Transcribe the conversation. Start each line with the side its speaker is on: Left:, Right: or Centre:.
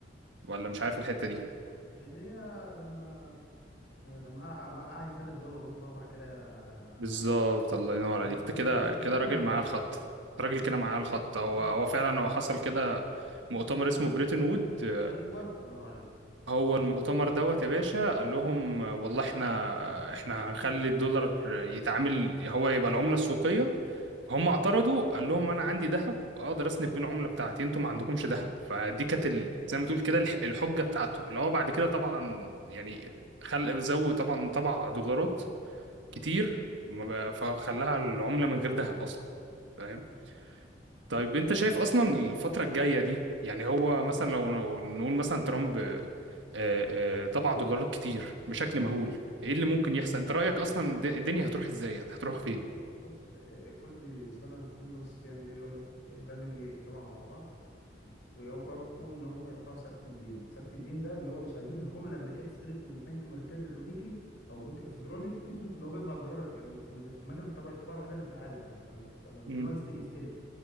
Right: ولا مش عارف الحتة دي
Left: اللي هي لما لما قع- ما قعد يسلف دول اوروبا وبعد كده
Right: بالظبط
Left: قال له
Right: الله ينور
Left: يعني
Right: عليك انت كده
Left: هي انت أنت
Right: كده
Left: فاهم
Right: راجل
Left: يعني
Right: معاه الخط أنت راجل
Left: فاهم
Right: كده معاه الخط هو
Left: مم.
Right: هو فعلا هو حصل كده مؤتمر اسمه بريتن وود آه،
Left: ايوه الله ينور عليك
Right: هو المؤتمر دوت يا باشا قال لهم آه، والله احنا احنا هنخلي الدولار يتعامل هو يبقى العملة السوقية هم اعترضوا قال لهم انا عندي ذهب اقدر اسند بيه العمله بتاعتي انتوا ما عندكمش ذهب فدي
Left: مم.
Right: كانت ال- زي ما تقول كده الح- الحجه بتاعته اللي هو بعد كده طبعا يعني خلق زود طبعا طبع دولارات كتير ما بقى- فخلاها العمله من غير ذهب اصلا فاهم طيب انت شايف اصلا الفتره الجايه دي يعني هو مثلا لو نقول مثلا ترامب آه، آه، طبع دولارات كتير بشكل مهول ايه اللي ممكن يحصل انت رايك اصلا الد- الدنيا هتروح ازاي هتروح فين
Left: بص آه، كل سنه الكونجرس بيعمل ايه يقول لك آه، لازم يجتمعوا مع بعض ويوافقوا ان هم يرفعوا سقف الدين سقف الدين ده اللي هو مش عايزين الحكومه الامريكيه تستلف من البنك المركزي الامريكي او البنك الفيدرالي <clears throat> اللي هو بيطبع الدولار يعني الم- المكنه الطبع الطباعه الوحيده اللي في العالم يعني بتاعت- بتاعت-
Right: مم.
Left: ان هو يست- يستلف